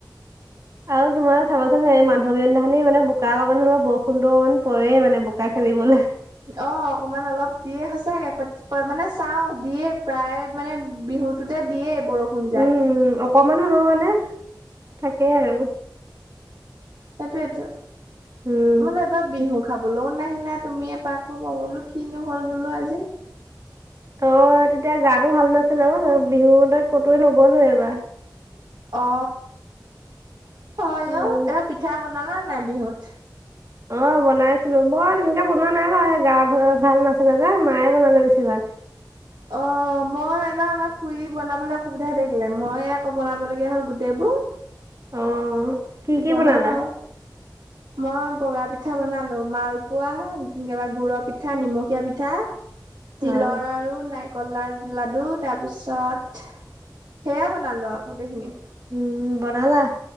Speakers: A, on the right; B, on the right.
A: আৰু তোমাৰ চাবাচোন সেই মানুহৰ বিহু দিনাখনি মানে বোকা অকমান অলপ বৰষুণটো অকণমান পৰে মানে বোকা খেলিবলে
B: অ অকমান অলপ দিয়ে সচাকে মানে চাওঁ দিয়ে প্ৰায়। মানে বিহুতোতে দিয়ে বৰষুণ যাক।
A: উম, উম, অকমান হলেও মানে থাকেই আৰু
B: সেইটোয়েটো মই
A: উম,
B: বোলো এইবাৰ বিহু খাবলৈও নাহিলা তুমিয়ে এপাকো মই বোলো কিনোহ'ল বোলো আজি
A: তই তেতিয়া গাটো ভাল নাছিল অ বিহু ত কটোৱা নগ'লো এবাৰ
B: অ হয়
A: উম,
B: অ এটা পিঠা বনালা নাই বিহুত
A: অ' বনাইছিলো মই তেনেকে বনোৱা নাই বাৰু গা ভাল নাছিলে যে মায়ে বনালে বেছিভাগ।
B: অ মই এইবাৰ আমাৰ খুৰী বনাবলৈ অসুবিধা হৈ থাকিলে মইে আকৌ বনাব লগীয়া হ'ল গোটেইবোৰ
A: অ', কি কি
B: বনালো
A: বনালা?
B: আও মই বগা পিঠা বনালো মালপোৱা গুড়ৰ পিঠা নিমখীয়া পিঠা
A: অ',
B: তিলৰ আৰু নাই। কলাৰ লাডু তাৰ পিছত সেয়া বনালো আৰু গোটেইখিনি।
A: উম বনালা।